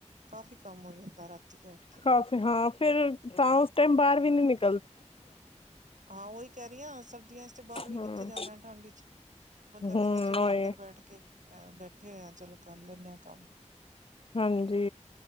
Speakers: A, on the right; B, on the left.
A: ਕਾਫੀ ਕੰਮ ਹੋ ਜਾਂਦਾ ਰਾਤੀ ਬੈਠ ਕੇ
B: ਕਾਫੀ ਹਾਂ ਫਿਰ ਤਾਂ ਉਸ ਟਾਈਮ ਬਾਹਰ ਵੀ ਨੀ ਨਿਕ
A: ਹਾਂ ਉਹੀ ਕਹਿ ਰਹੀ ਹ ਸਰਦੀਆਂ ਚ ਤੇ ਬਾਹਰ ਵੀ
B: ਹਮ
A: ਕਿੱਥੇ ਜਾਣਾ ਠੰਡ ਚ, ਬੰਦਾ
B: ਹਮ
A: ਕਹਿੰਦਾ ਚਲੋ
B: ਉਹੀ
A: ਅੰਦਰ ਬੈਠ ਕੇ ਅ ਬੈਠ ਆ ਚਲੋ ਕਰ ਲੈਂਦੇ ਹਾਂ ਕੰਮ
B: ਹਾਂਜੀ,